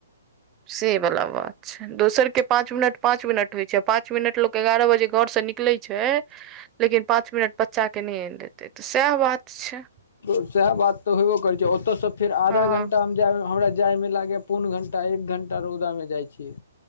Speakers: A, on the right (about 25°); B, on the left (about 65°).
A: से बला बात छै दोसर के पाँच मिनट पाँच मिनट होय छै पाँच मिनट लोक के एगारह बजे घर से निकलै। छै लेकिन पाँच मिनट बच्चा के नै एन देतेै तऽ सएह बात छै।
B: तऽ सएह बात तऽ होयबो करै छै ओतय सँ फेर आधा
A: हँ
B: घंण्टा। जा हमरा जाय मे लागै पौन घण्टा एक घण्टा रौदा मे जाय छियै।